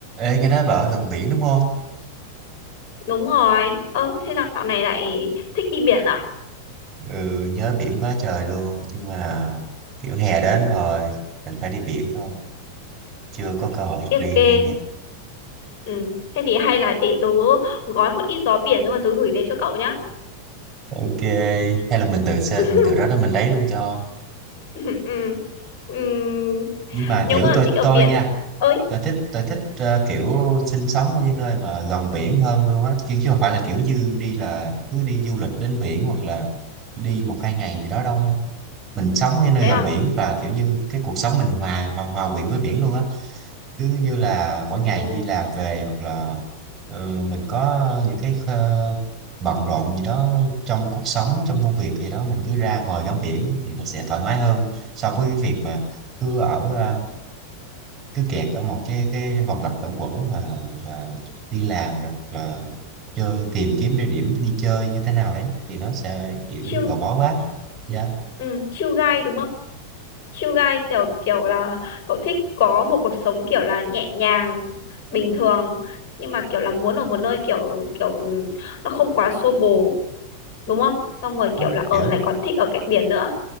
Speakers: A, on the right (about 25°); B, on the left (about 40°).
A: Ê, nghe nói bà ở gần biển đúng không?
B: Đúng rồi. Ơ, thế dạo này lại thích đi biển à?
A: Ừ, nhớ biển quá trời luôn. Nhưng mà kiểu hè đến rồi, mình phải đi biển thôi. Chưa có cơ hội
B: Tiếc
A: được đi
B: kê.
A: đây nè.
B: Ừ. Thế thì hay là để tớ gói một ít gió biển nhưng mà tớ gửi đến cho cậu nhá.
A: Ok, hay là mình tự xe,
B: <laughs>
A: mình tự đó đó mình lấy luôn cho.
B: ừ. Ừ. Ừ.
A: Nhưng mà
B: Nếu
A: kiểu
B: mà
A: tôi
B: thích ở
A: tôi
B: biển.
A: nha,
B: Ơi,
A: tôi thích tôi thích ờ, kiểu sinh sống ở những nơi mà gần biển hơn luôn á. Chứ, chứ không phải là kiểu như đi là cứ đi du lịch đến biển hoặc là đi một hai ngày gì đó đâu nha. Mình sống ở những nơi
B: thế
A: gần
B: à?
A: biển và kiểu như cái cuộc sống mình hòa hòa, hòa quyện với biển luôn á. cứ như là
B: Ồ,
A: mỗi ngày đi làm về hoặc là ờ, mình có những cái ờ, bận rộn gì đó trong cuộc sống trong công việc gì đó mình cứ ra ngồi ngắm biển thì nó sẽ thoải mái hơn so với cái việc mà cứ ở ờ, cứ kẹt ở một cái cái vòng lặp luẩn quẩn là, là đi làm rồi hoặc là chơi tìm kiếm địa điểm đi chơi như thế nào đấy thì nó sẽ kiểu
B: chill.
A: gò bó quá dạ
B: Ừ, chill guy đúng không? Chill guy kiểu kiểu là cậu thích có một cuộc sống kiểu là nhẹ nhàng, bình thường nhưng mà kiểu là muốn ở một nơi kiểu kiểu nó không quá xô bồ đúng không? Xong rồi
A: không
B: kiểu là ở
A: kiểu
B: lại còn thích ở cạnh biển nữa.